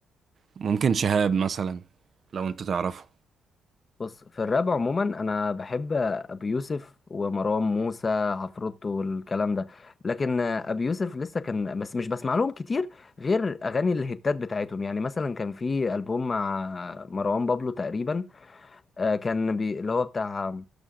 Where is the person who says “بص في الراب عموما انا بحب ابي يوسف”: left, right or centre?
Left